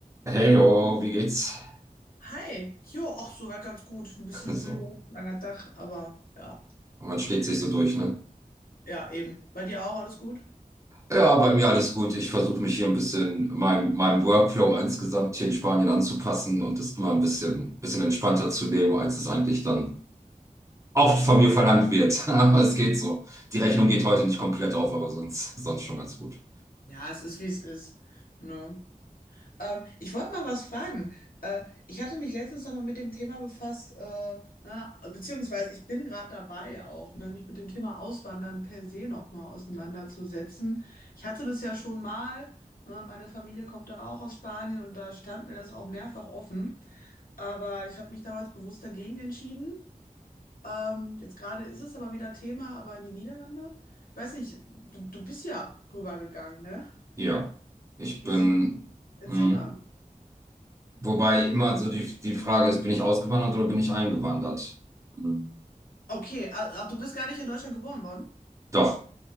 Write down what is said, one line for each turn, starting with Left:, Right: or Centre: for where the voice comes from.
Right: Hey, oh, wie geht's? <laughs>
Left: Hi, jo, auch soweit ganz gut. Ein bisschen
Right: So,
Left: müde, langer Tag, aber ja.
Right: man schlägt sich so durch, ne?
Left: Ja, eben. Bei dir auch alles gut?
Right: Ja, bei mir alles gut. Ich versuche mich hier ein bisschen meinem, meinem Workflow insgesamt hier in Spanien anzupassen und es mal ein bisschen, bisschen entspannter zu nehmen, als es eigentlich dann oft von mir verlangt wird. <laughs> Aber es geht so. Die Rechnung geht heute nicht komplett auf, aber sonst, sonst schon ganz gut.
Left: Ja, es ist, wie es ist. Ne? Ähm, ich wollte mal was fragen. Äh, ich hatte mich letztens nochmal mit dem Thema befasst, äh, na, beziehungsweise ich bin gerade dabei auch, ne, mich mit dem Thema Auswandern per se nochmal auseinanderzusetzen. Ich hatte das ja schon mal, ne, meine Familie kommt da auch aus Spanien und da stand mir das auch mehrfach offen. Aber ich habe mich damals bewusst dagegen entschieden. Ähm, jetzt gerade ist es aber wieder Thema, aber in die Niederlande. Ich weiß nicht, du, du bist ja rübergegangen, ne?
Right: Ja, ich
Left: Wie
Right: bin,
Left: sie. Erzähl
Right: hm,
Left: mal.
Right: wobei immer so die, die Frage ist, bin ich ausgewandert oder bin ich eingewandert? Hm.
Left: Okay, a- ach, du bist gar nicht in Deutschland geboren worden?
Right: Doch,